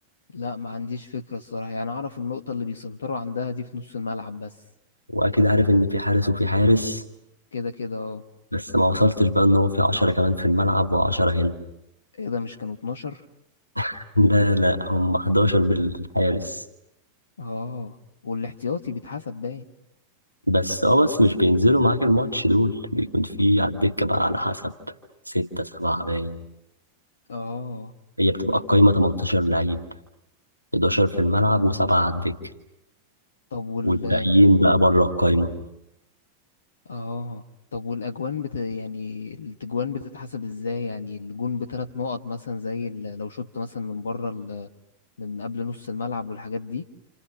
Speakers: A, on the left; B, on the left.
A: لا ما عنديش فكرة الصراحة يعني اعرف النقطة اللي بيسنتروا عندها دي في نص الملعب بس
B: واكيد عارف ان في حارس وفي حارس
A: كده كده اه
B: بس ما وصلتش بقى ان هو في عشرة كمان في الملعب وعشرة هنا
A: ايه ده مش كانوا 12
B: <laughs> لا لا هم 11 بالحارس
A: اه والاحتياطي بيتحسب باين
B: بس اه بس مش بينزلوا معاك الماتش دول بيكون في على الدكة بقى على حسب ستة سبعة باين
A: اه
B: هي بتبقى القايمة 18 لعيب 11 في الملعب وسبعة على الدكة
A: طب وال
B: والباقيين بقى بره القايمة
A: اه طب والاجوان بت... يعني التجوان بتتحسب ازاي يعني الجون بثلاث نقط مثلا زي ال- لو شوت مثلا من بره ال... من قبل نص الملعب والحاجات دي